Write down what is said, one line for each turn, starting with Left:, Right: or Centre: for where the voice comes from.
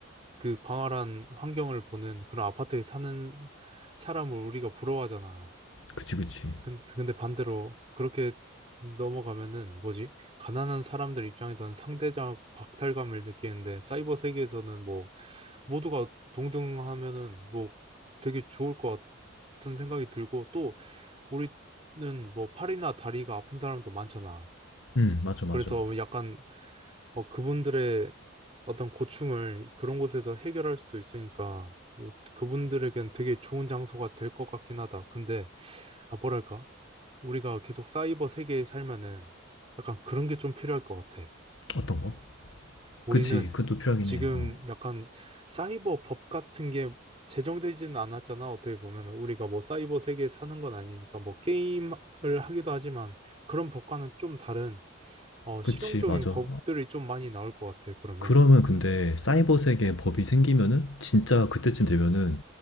Right: 그 광활한 환경을 보는 그런 아파트에 사는 사람을 우리가 부러워하잖아.
Left: 그치, 그치.
Right: 근- 근데 반대로 그렇게 넘어가면은 뭐지? 가난한 사람들 입장에서는 상대적 박탈감을 느끼는데 사이버 세계에서는 뭐 모두가 동등하면은 뭐 되게 좋을 것 같은 생각이 들고 또 우리는 뭐 팔이나 다리가 아픈 사람도 많잖아.
Left: 응, 맞아, 맞아.
Right: 그래서 약간 어, 그분들의 어떤 고충을 그런 곳에서 해결할 수도 있으니까 뭐 그분들에겐 되게 좋은 장소가 될 것 같긴 하다. 근데 아, 뭐랄까? 우리가 계속 사이버 세계에 살면은 약간 그런 게 좀 필요할 것 같아.
Left: 어떤 거?
Right: 우리는
Left: 그치, 그것도 필요하긴
Right: 지금
Left: 해. 어.
Right: 약간 사이버 법 같은 게 제정되지는 않았잖아. 어떻게 보면 우리가 뭐 사이버 세계에 사는 건 아니니까 뭐 게임을 하기도 하지만 그런 법과는 좀 다른 어,
Left: 그치,
Right: 실용적인
Left: 맞아.
Right: 법들이 좀 많이 나올 것 같아. 그러면.
Left: 그러면 근데 사이버 세계에 법이 생기면은 진짜 그때쯤 되면은